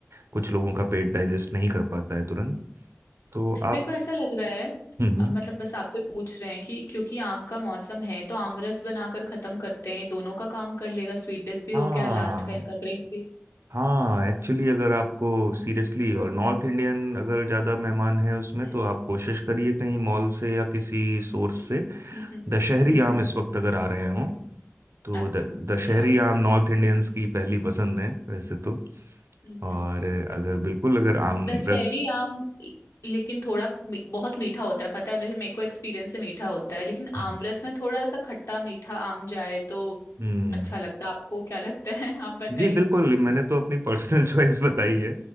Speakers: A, on the right; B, on the left.
A: कुछ लोगों का पेट डाइजेस्ट नहीं कर पाता है तुरंत तो आप
B: मेरे को ऐसा लग रहा है
A: हम्म हम्म।
B: अ, मतलब बस आपसे पूछ रहे हैं कि क्योंकि आम का मौसम है तो आम रस बनाकर खत्म करते हैं ये दोनों का काम कर लेगा स्वीट डिश भी
A: हाँ
B: हो गया लास्ट का इनका ड्रिंक भी
A: हाँ एक्चुअली अगर आपको सीरियसली और नॉर्थ इंडियन अगर ज़्यादा मेहमान हैं उसमें
B: हम्म
A: तो आप कोशिश करिए कहीं मॉल से या किसी सोर्स से
B: हम्म हम्म
A: दशहरी
B: हम्म,
A: आम
B: हम्म,
A: इस वक्त अगर आ रहे हों तो
B: अ-
A: द, दशहरी
B: अच्छा
A: आम नॉर्थ इंडियंस की पहली पसंद है वैसे तो
B: हम्म
A: और अगर बिल्कुल अगर आम
B: दशहरी
A: रस
B: आम ल- लेकिन थोड़ा मी- बहुत मीठा होता है पता है वैसे मेरे को एक्सपीरियंस से मीठा होता है लेकिन
A: हम्म
B: आम रस में थोड़ा सा खट्टा मीठा आम जाए तो
A: हम्म।
B: अच्छा लगता है आपको क्या लगता है <laughs> आप बताइए
A: जी बिल्कुल मैंने तो अपनी पर्सनल <laughs> चॉइस बताई है